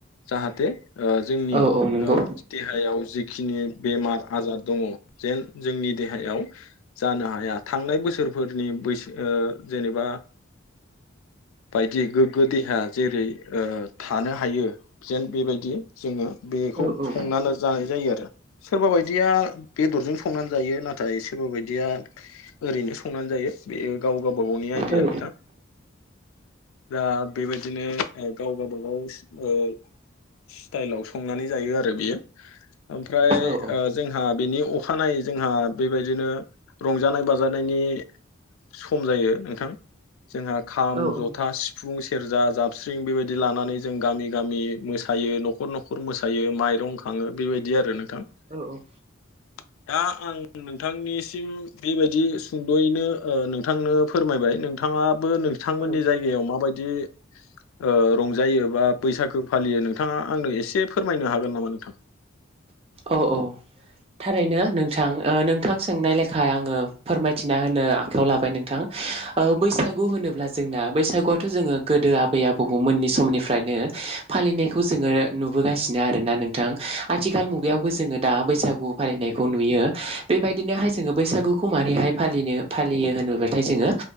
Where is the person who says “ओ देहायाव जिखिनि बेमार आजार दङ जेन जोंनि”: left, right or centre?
Left